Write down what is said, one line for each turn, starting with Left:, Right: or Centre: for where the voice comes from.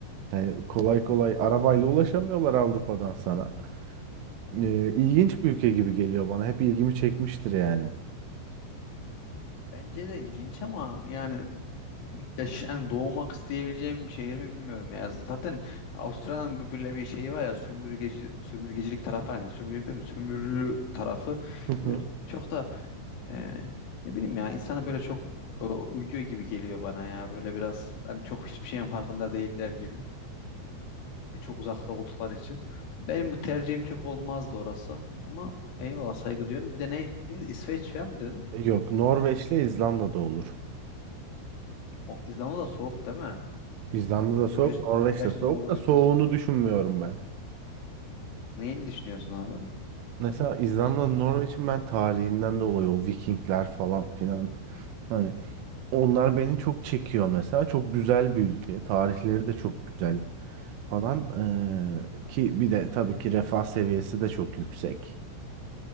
Right: Yani kolay kolay arabayla ulaşamıyorlar Avrupa'dan sana. E, ilginç bir ülke gibi geliyor bana. Hep ilgimi çekmiştir yani.
Left: Bence de ilginç ama yani yaş hani doğmak isteyebileceğim bir şehir mi bilmiyorum ya. Zaten Avustralya'nın bir- böyle bir şeyi var ya sömürgeci sömürgecilik tarafı var yani sömürgecilik değil mi? Sömürülü tarafı.
Right: Hı hı.
Left: Böyle çok da e, ne bileyim ya insana böyle çok e, uyuyor gibi geliyor bana ya. Böyle biraz hani çok hiçbir şeyin farkında değiller gibi. E, çok uzakta oldukları için. Benim bu tercihim çok olmazdı orası. Ama eyvallah saygı duyuyorum. Bir de ne İsveç falan mı dedin?
Right: Yok Norveç'le İzlanda'da olur.
Left: O- İzlanda da soğuk değil mi?
Right: İzlanda'da
Left: Ama
Right: soğuk,
Left: Ger
Right: Norveç'te
Left: gerçekten
Right: soğuk
Left: Norveç'te
Right: da soğuğunu
Left: soğuk.
Right: düşünmüyorum ben.
Left: Neyini düşünüyorsun abi?
Right: Mesela İzlanda'nın Norveç'in ben tarihinden dolayı o Vikingler falan filan hani onlar beni çok çekiyor mesela. Çok güzel bir ülke. Tarihleri de çok güzel falan. Ee, ki bir de tabii ki refah seviyesi de çok yüksek.